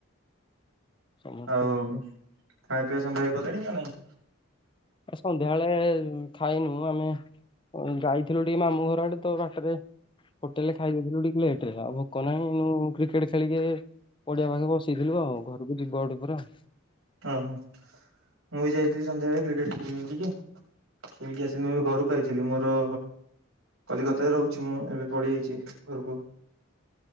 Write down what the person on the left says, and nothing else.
ସମସ୍ତେ
ଭଲ।
ଆ ସନ୍ଧ୍ୟାବେଳେ ଖାଇନୁ ଆମେ ଯାଇଥିଲୁ ଟିକେ ମାମୁଁ ଘର ଆଡ଼େ ତ ବାଟରେ ହୋଟେଲ୍ ରେ ଖାଇଦେଇଥିଲୁ ଟିକେ ଲେଟ୍ ରେ ଆଉ ଭୋକ ନାହିଁ କ୍ରିକେଟ୍ ଖେଳିକି ଏ। ପଡ଼ିଆ ପାଖେ ବସି ଥିଲୁ ଆଉ ଘରକୁ ଯିବୁ ଆଉ ଟିକେ ପରେ ଆଉ।